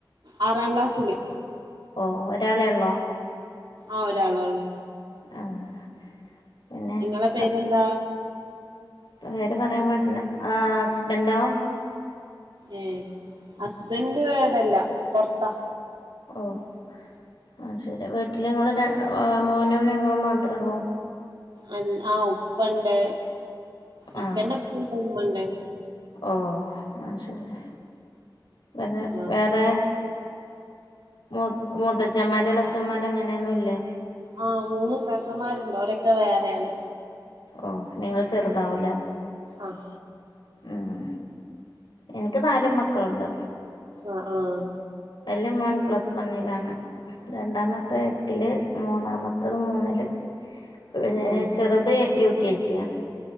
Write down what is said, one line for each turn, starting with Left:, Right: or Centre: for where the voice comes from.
Right: ആറാം ക്ലാസ്സില്
Left: ഓഹ്. ഒരാളെ ഒള്ളോ?
Right: ആഹ് ഒരാളോള്ളൂ
Left: ആഹ്. പിന്നെ
Right: ഇങ്ങളെ പേരെന്താ?
Left: ഹസ് പേര് പറയാൻ പാടില്ല. ആഹ് ഹസ്ബൻഡോ?
Right: ഏഹ്. ഹസ്ബന്റ്‌ ഇവടെല്ല പൊറത്താ.
Left: ഓഹ്. ആഹ് ശരി. വീട്ടില് നിങ്ങൾടെ മോനും നിങ്ങളും മാത്രള്ളൊ?
Right: അല് ആഹ് ഉപ്പ ണ്ട്. ഇക്കന്റെ
Left: ആഹ്
Right: ഉപ്പ ണ്ട് ഉമ്മ ണ്ട്.
Left: ഓഹ് അഹ്ശരി പിന്നെ
Right: ആ
Left: വേറെ? മൂ മൂത്തച്ഛന്മാര് ഇളച്ചന്മാർ അങ്ങനെയൊന്നു ഇല്ലേ?
Right: ആഹ് മൂന്ന് ഇത്താക്കമാര്ണ്ട് അവരൊക്കെ വേറേണ്.
Left: ഓഹ് നിങ്ങൾ ചെറുതാവുലേ.
Right: ആഹ്.
Left: ഏഹ് എനിക്ക് നാലും മക്കൾണ്ട്.
Right: ആഹ് ആഹ്
Left: വലിയ മോൻ വൺ പ്ലസ് വൺണിലാണ് രണ്ടാമത്തെ എട്ടില് മൂന്നാമത്തെ- മൂന്നാമത്തെ മൂന്നിൽ
Right: ആ
Left: ചെറുത് യുകെ ജിയാണ്.